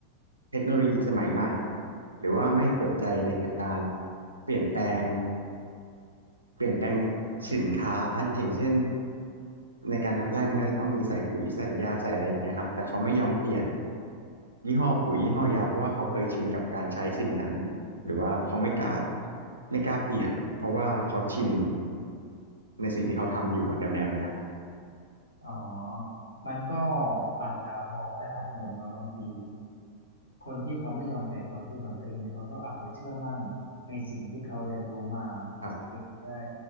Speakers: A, on the right; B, on the left.
A: เทคโนโลยีสมัยใหม่ หรือว่าไม่เปิดใจในการเปลี่ยนแปลง เปลี่ยนแปลงสินค้าอย่างเช่นในการทำไร่มันก็ต้องมีใส่ปุ๋ยใส่ยาใส่อะไรอย่างเงี้ยครับแต่เขาไม่ยอมเปลี่ยนยี่ห้อปุ๋ยยี่ห้อยาเพราะว่าเขาเคยชินกับการใช้สิ่งนั้นหรือว่าเขาไม่กล้าไม่กล้าเปลี่ยนเพราะว่าเขาชินในสิ่งที่เขาทำอยู่อะแนวแนวเนี้ยครับ
B: อ๋อมันก็อาจจะมองได้หลายมุมนะบางที คนที่เขาไม่ยอมเปลี่ยนความคิดของตัวเองเนี่ยเขาก็อาจจะเชื่อมั่นในสิ่งที่เขาเรียนรู้มาในสิ่งที่เขาได้
A: ครับ